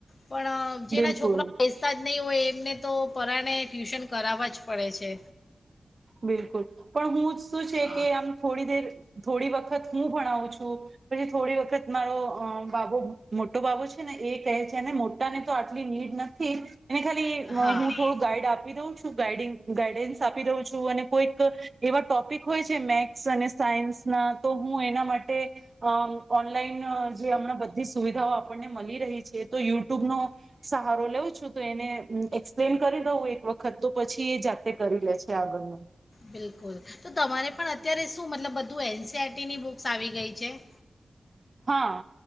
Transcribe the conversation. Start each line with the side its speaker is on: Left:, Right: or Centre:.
Left: પણ જેના
Right: બિલકુલ
Left: છોકરા બેસતા જ નહીં હોય એમને તો પરાણે ટ્યુશન કરાવવા જ પડે છે.
Right: બિલકુલ પણ હું શું છે
Left: હા
Right: કે આમ? થોડી દેર થોડી વખત હું ભણાવું છું. પછી થોડી વખત મારો બાબો મોટો બાબુ છે ને એ કહે છે ને મોટા ને તો આટલી નીડ નથી. એને ખાલી
Left: હા
Right: હું થોડું ગાઈડ આપી દઉં છું ગાઈડ ગાઈડન્સ આપી દઉં. અને કોઈક એવા ટોપિક હોય છે મેથસ અને સાયન્સ ના, તો હું એના માટે અ ઓનલાઈન જે હમણાં બધી સુવિધાઓ આ પણને મલી રહી છે તો યુટ્યુબ નો સહારો લઉં છું તો એને, એક્સપ્લેન કરી દઉં એક વખત તો પછી એ જાતે કરી લે છે આગળનું.
Left: બિલકુલ તો તમારે પણ અત્યારે શું મતલબ બધું એનસીઆરટીની બુક્સ આવી ગઈ છે. <inaudible>
Right: હા